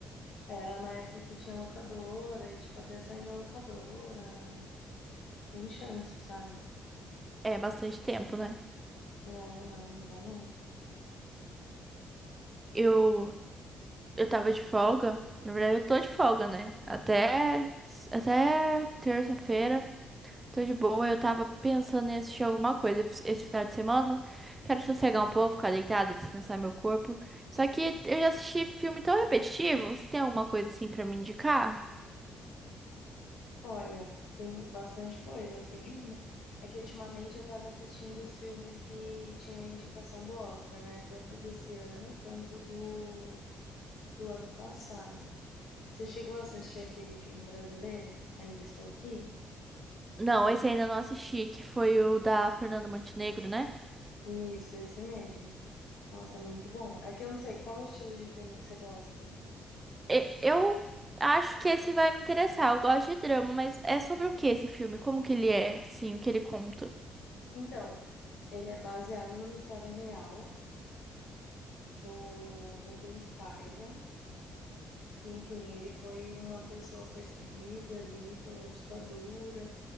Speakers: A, on the left (about 80°); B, on the right (about 20°).
A: Era na época que tinha locadora e, tipo, até sair na locadora, sem chance, sabe?
B: É bastante tempo, né?
A: É, não, não dá não.
B: Eu eu tava de folga. Na verdade, eu tô de folga, né? Até até terça-feira. Tô de boa. Eu tava pensando em assistir alguma coisa esse esse final de semana. Quero sossegar um pouco, ficar deitada, descansar meu corpo. Só que eu já assisti filme tão repetitivo. Você tem alguma coisa assim pra me indicar?
A: Olha, tem bastante coisa, assim. <laughs> É que ultimamente eu tava assistindo os filmes que tinham a indicação do Oscar, né? Tanto desse ano quanto do, do ano passado. Você chegou a assistir aquele filme brasileiro? Ainda Estou Aqui?
B: Não, esse ainda não assisti, que foi o da Fernanda Montenegro, né?
A: Isso, esse mesmo. Nossa, é muito bom. É que eu não sei qual o estilo de filme que você gosta.
B: E- Eu acho que esse vai me interessar. Eu gosto de drama, mas é sobre o que esse filme? Como que ele é, assim, o que ele conta?
A: Então, ele é baseado numa história real do Rubens Paiva, que, enfim, ele foi uma pessoa perseguida ali pela ditadura,